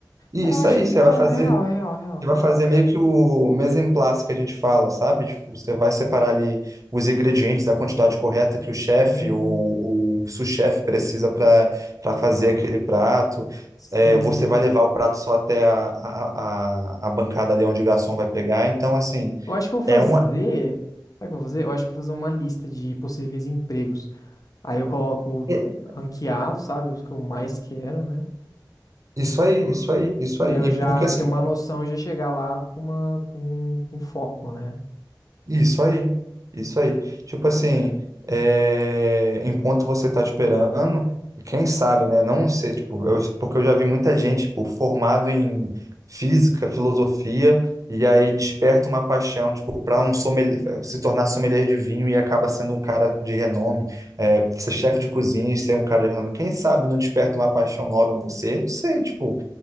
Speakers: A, on the right; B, on the left.
A: e
B: É,
A: isso
B: eu acho
A: aí,
B: que
A: você
B: é é
A: vai fazer,
B: real, real, real,
A: você
B: real.
A: vai fazer meio que o mise en place que a gente fala, sabe? Tipo, você vai separar ali os ingredientes, a quantidade correta que o chefe,
B: Hum,
A: o, o sous-chefe precisa para para fazer aquele prato.
B: sim.
A: É, você vai levar o prato só até a, a, a a bancada ali onde o garçom vai pegar. Então, assim.
B: Eu acho que eu vou
A: É
B: fazer.
A: uma.
B: Sabe o que eu vou fazer? Eu acho que eu vou fazer uma lista de possíveis empregos. Aí eu coloco
A: é-
B: ranqueado, sabe? Os que eu mais quero, né?
A: Isso aí, isso aí, isso
B: Pra
A: aí.
B: eu
A: E
B: já
A: Porque assim,
B: ter uma noção e já chegar lá com uma, com, com foco, né?
A: isso aí, isso aí. Tipo assim, é, enquanto você tá esperando, quem sabe, né? Não sei, tipo, eu- porque eu já vi muita gente, tipo, formado em física, filosofia, e aí desperta uma paixão, tipo, para um sommelier, se tornar sommelier de vinho e acaba sendo um cara de renome, é, ser chefe de cozinha e ser um cara de renome. Quem sabe não desperta uma paixão nova em você? Não sei, tipo.